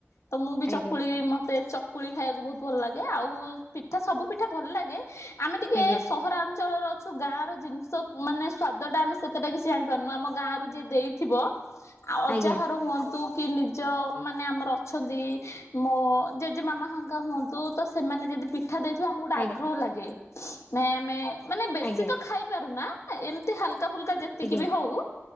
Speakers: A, on the left; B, on the left.
A: ତ ମୁଁ ବି
B: ଆଜ୍ଞା
A: ଚକୁଳି ମତେ ଚକ ଖାଇବାକୁ ବହୁତ ଭଲ ଲାଗେ ଆଉ ପିଠା ସବୁ ପିଠା ଭଲ ଲାଗେ ଆମେ ଟିକେ
B: ଆଜ୍ଞା।
A: ସହରାଞ୍ଚଳରେ ଅଛୁ ଗାଁ ର ଜିନିଷ ମାନେ ସ୍ଵାଦ ଟା ଆମେ ସେତଟା କିସି ଜାଣିପାରୁନୁ ଆମ ଗାଁ ର ଯିଏ ଦେଇଥିବ ଆଉ ଅଜାହର
B: ଆଜ୍ଞା ଆଜ୍ଞା
A: ହୁଅନ୍ତୁ କି ନିଜ ମାନେ ଆମର ଅଛନ୍ତି ମୋ ଜେଜେ ମାମା ହଙ୍କା ହୁଅନ୍ତୁ ତ ସେମାନେ ଯଦି ପିଠା ଦେଇଥିବେ ଆମକୁ ଗୋଟେ ଆଗ୍ରହ
B: ଆଜ୍ଞା
A: ଲାଗେ। ନାଇଁ ଆମେ ମାନେ ବେଶୀ
B: ଆଜ୍ଞା
A: ତ ଖାଇପାରୁନା ଏମତି ହାଲକା ଫୁଲକା ଯେ ଏତିକି
B: ଆଜ୍ଞା।
A: ବି ହଉ